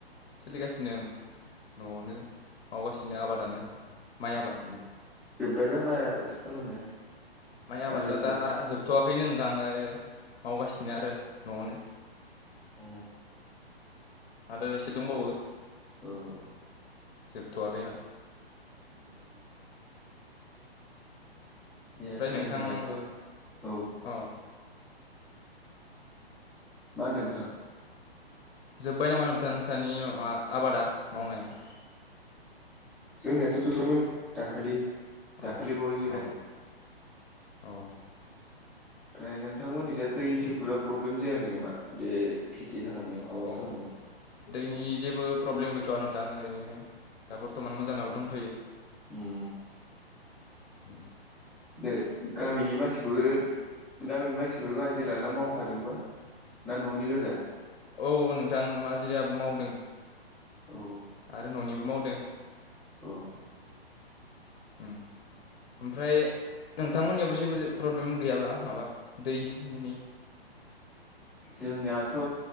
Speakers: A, on the left; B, in the centre.
A: सोलिगासिनो न'आवनो मावगासिनो आबादानो माइ
B: उम
A: आबाद
B: उम जोब्बाय बा माय आबाद खालामनाया
A: माइ आबादा
B: ना जोबथ'वाखै
A: दा जोबथ'वाखैनो नोंथां आङो मावगासिनो आरो न'आवनो
B: औ
A: आरो एसे दंबावो
B: औ
A: जोबथ'वाखै हा
B: उम निया
A: ओमफ्राय
B: जोंहानियाथ'
A: नोंथां
B: औ
A: अ
B: मा होन्दों नोंथां
A: जोब्बाय नामा नोंथां नोंसानि मा आबादा मावनाया
B: जोंनियाथ' जथ'मोन <unintelligible> दाखालि दाखालि
A: औ
B: बावै जोब्बाय
A: औ औ
B: ओमफ्राय नोंथांमोननि जा दै सैफोरा प्रब्लेम जायाखै नामा बे खेथि खालामनायाव आबाद
A: औ
B: खालामनायाव
A: दैनि जेबो प्रब्लेम गैथ'वा नोंथां ओरैनो दा बर्थमान मोजाङाव दंथ'यो
B: उम
A: उम
B: दो गामिनि मानसिफोरखौ गामिनि मानसिफोरखौ हाजिरा लानानै मावफादोंबा ना न'नि गोजा
A: औ नोंथां माजिरायाबो मावदों
B: औ
A: आरो न'निबो मावदों
B: उम
A: उम ओमफ्राय नोंथांमोननियावबो जेबो प्रब्लेम गैयाब्ला माबा दैनि
B: जोंनियाथ'